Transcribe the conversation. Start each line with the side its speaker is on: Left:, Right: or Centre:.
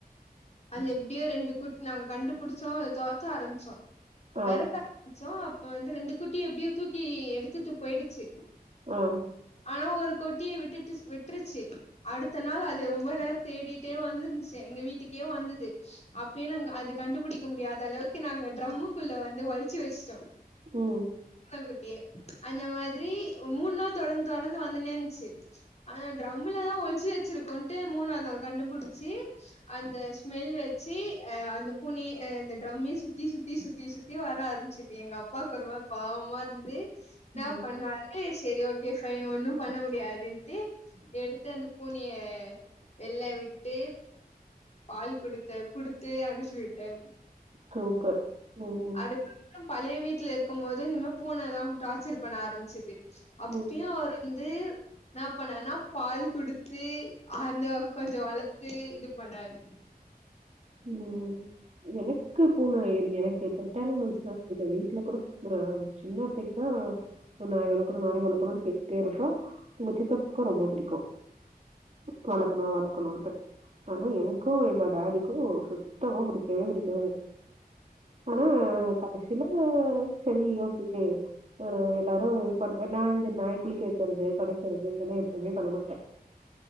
Left: அதுல எப்படியோ ரெண்டு குட்டி நாங்க கண்டுபிடிச்சோ அத துரத்த ஆரம்பிச்சோ
Right: ஆ
Left: வெறட்ட ஆரம்பிச்சோ இப்ப வந்து ரெண்டு குட்டிய எப்படியோ தூக்கி எடுத்துட்டு போயிடுச்சு
Right: ஆஹ்
Left: ஆனா ஒரு குட்டியை விட்டுட்டு விட்டுருச்சு அடுத்த நாள் அது ரொம்ப நேரோ தேடிட்டே வந்துந்துச்சு எங்க வீட்டுக்கு கியோ வந்தது அப்பயு நாங்க அது கண்டுபிடிக்க முடியாத அளவுக்கு நாங்க டிரம்முக்குள்ள வந்து ஒளிச்சு வெச்சுட்டோ
Right: உம்
Left: குட்யே அந்த மாத்ரி மூண் நாள் தொடர்ந்து தொடர்ந்து வந்துனே இருந்ச்சி ஆனா ட்ரம்லதா ஒள்ச்சு வச்சிருக்கோன்ட்டு மூணாவ்து நாள் கண்டுபுடுச்சி அந்த ஸ்மெல் வச்சு அந்த பூனுயே அந்த ட்ரம்யே சுத்தி சுத்தி சுத்தி சுத்தி சுத்தி வர ஆரம்ச்சிது எங்க அப்பாவுக்கு ஒரு மாரி பாவ்மா இருந்து ன்னா
Right: ம்
Left: பண்ணாரு செரி ஓக் கே ஃபைன் ஒன்னு பண்ண முடியாதுன்டு எடுத்து அந்த பூனைய வெள்ள விட்டு பால் குடுத்த குடுத்து அனுப்பி விட்டாரு
Right: சூப்பர் ம்
Left: அதுக்கப்றோ பழைய வீட்ல இருக்கம்மோது இந்மா பூனதா டார்சர் பண்ண ஆரம்ச்சுது அப்பியு
Right: ம்
Left: ஒரு ந்து ன்னா பண்ணாருனா பால் குடுத்து அந்த கொஞ்ச வளத்து இது பண்ணாரு
Right: ம் எனக்கு பூன எனக்கு பெட் அனிமல்ஸ்லா புடிக்காது வீட்ல கூட சின்னத்தைக்கு தா நாய் வளக்கணு நரி வளக்கணுன் கேட்டே இருக்கு உங்க சித்தப்புக்கு ரொம்ப புடிக்கு பெட் வளக்கணு வளக்கணும்ன்ட்டு ஆனா எனக்கு எங்க டாடி க்கும் சுத்தமா புடிக்கவே புடிக்காது ஆனா கடசியல சரி ஓகே ஒரு எல்லாரு இது பண்ற நா இந்த நாய் குளிக்க வைக்கிறது தொடைக்கிறது இதல்லா எதுவுமே பண்ண மாட்ட